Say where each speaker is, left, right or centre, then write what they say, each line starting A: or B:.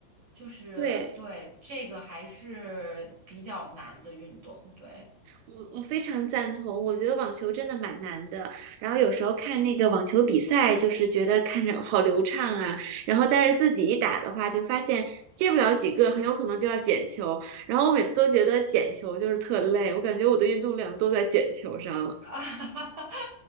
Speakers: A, on the right; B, on the right.
A: 就是对这个还是比较难的运动，
B: 对。
A: 对。
B: 我我非常赞同，我觉得网球真的蛮难的。然后有时候看那个网球比赛，就是觉得看着好流畅啊，然后但是自己一打的话，就发现接不了几个，很有可能就要捡球。然后我每次都觉得捡球就是特累，我感觉我的运动量都在捡球上了。
A: 啊，<laughs>